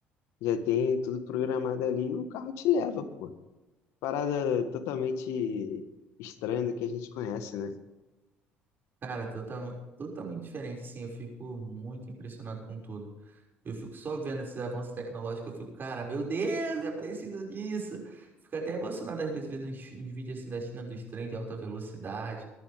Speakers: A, on the left (about 75°); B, on the right (about 45°).
A: já tem tudo programado ali e o carro te leva, pô. Parada totalmente estranha do que a gente conhece, né?
B: Cara, total, totalmente diferente, assim. Eu fico muito impressionado com tudo. Eu fico só vendo esses avanços tecnológicos, eu fico, cara, meu Deus, eu preciso disso. Fico até emocionado às vezes vendo uns, uns vídeos assim da China dos trens de alta velocidade,